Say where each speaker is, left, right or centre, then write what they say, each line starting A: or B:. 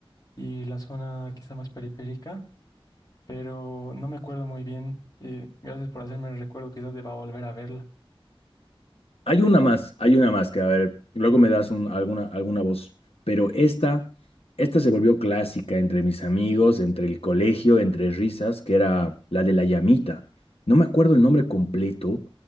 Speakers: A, on the left; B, on the left.
A: y la zona quizá más periférica, pero no me acuerdo muy bien. eh, gracias por hacerme el recuerdo, quizás deba volver a verla.
B: Hay una más, hay una más que, a ver, luego me das un- alguna, alguna voz, pero esta, esta se volvió clásica entre mis amigos, entre el colegio, entre risas, que era la de la llamita. No me acuerdo el nombre completo.